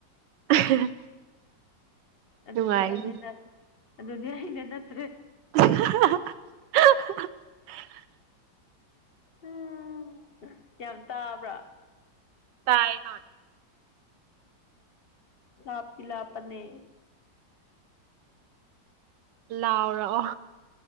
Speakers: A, on the right; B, on the left.
A: <inaudible>
B: ꯑꯗꯨꯗꯤ
A: ꯅꯨꯡꯉꯥꯏꯅꯦ
B: ꯑꯩꯅ ꯑꯗꯨꯗꯤ ꯑꯩꯅ ꯅꯠꯇ꯭ꯔꯦ
A: <inaudible>
B: ꯎꯝ ꯌꯥꯝ ꯇꯥꯕ꯭ꯔꯥ
A: ꯇꯥꯏ ꯍꯣꯏ
B: ꯆꯞꯀꯤ ꯂꯥꯄꯟꯅ
A: ꯂꯥꯎꯔꯑꯣ